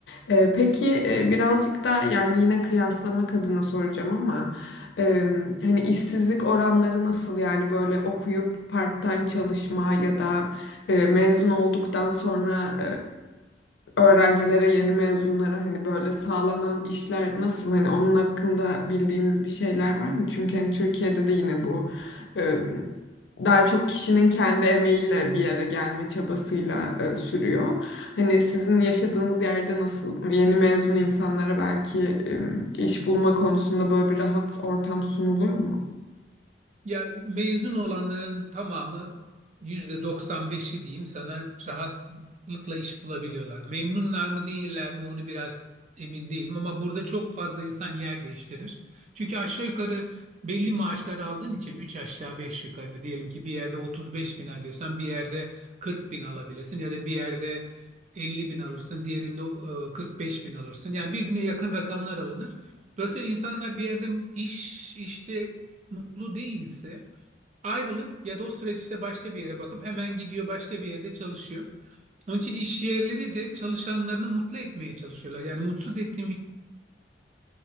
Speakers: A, on the left; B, on the right.
A: E, Peki e, birazcık da yani yine kıyaslamak adına soracağım ama Eee, hani işsizlik oranları nasıl yani böyle okuyup part-time çalışma ya da eee, mezun olduktan sonra öğrencilere, yeni mezunlara hani böyle sağlanan işler nasıl? Hani onun hakkında bildiğiniz bir şeyler var mı? Çünkü hani Türkiye'de de yine bu e, daha çok kişinin kendi emeğiyle bir yere gelme çabasıyla e, sürüyor. Hani sizin yaşadığınız yerde nasıl yeni mezun insanlara belki e, iş bulma konusunda böyle bir rahat ortam sunuluyor mu?
B: Ya mezun olanların tamamı yüzde 95'i diyeyim sana rahatlıkla iş bulabiliyorlar. Memnunlar mı değiller mi onu biraz emin değilim ama burada çok fazla insan yer değiştirir. Çünkü aşağı yukarı belli maaşlar aldığın için 3 aşağı 5 yukarı diyelim ki bir yerde 35 bin alıyorsan bir yerde 40 bin alabilirsin ya da bir yerde 50 bin alırsın diğerinde e, 45 bin alırsın. Yani birbirine yakın rakamlar alınır. Dolayısıyla insanlar bir yerde iş işte mutlu değilse ayrılıp ya da o süreçte başka bir yere bakıp hemen gidiyor başka bir yerde çalışıyor. Onun için iş yerleri de çalışanlarını mutlu etmeye çalışıyorlar. Yani mutsuz ettiğin bir